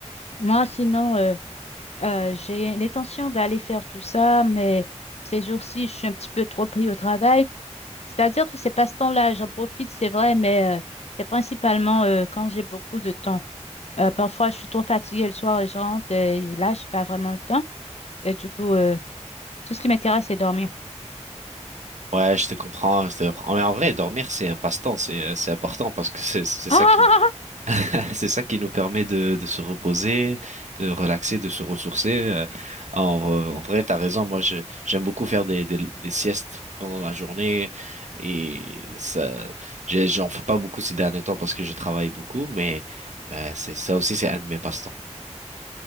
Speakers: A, on the left; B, on the right.
A: moi, sinon, euh, Euh, j'ai l'intention d'aller faire tout ça, mais ces jours-ci, je suis un petit peu trop pris au travail. C'est-à-dire que ces passe-temps-là, j'en profite, c'est vrai, mais euh, c'est principalement euh, quand j'ai beaucoup de temps. Euh, parfois, je suis trop fatiguée le soir et je rentre, et là, je n'ai pas vraiment le temps. Et du coup, euh, tout ce qui m'intéresse, c'est dormir. <laughs>
B: Ouais, je te comprends. je te comprends. Mais en vrai, dormir, c'est un passe-temps, c'est euh, c'est important parce que c'est c'est ça
A: Ah,
B: qui <laughs> c'est ça qui nous permet de de se reposer, de relaxer, de se ressourcer. euh. Ah, En, vrai, en vrai, t'as raison. Moi, je j'aime beaucoup faire des, des des siestes pendant la journée et ça, j'ai- j'en fais pas beaucoup ces derniers temps parce que je travaille beaucoup, mais mais c'est ça aussi, c'est un de mes passe-temps.